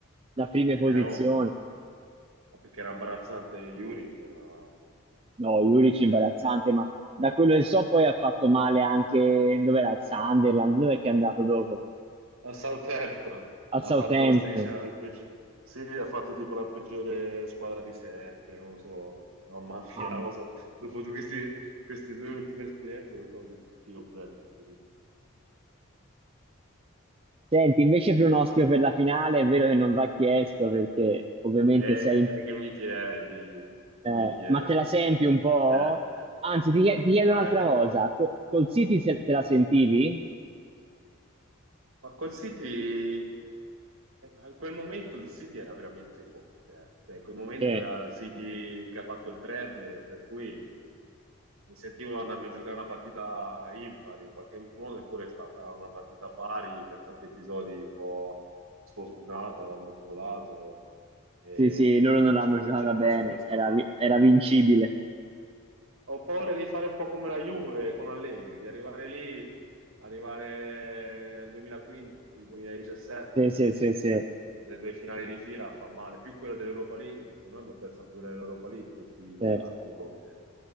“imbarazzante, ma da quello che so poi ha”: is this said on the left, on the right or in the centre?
Right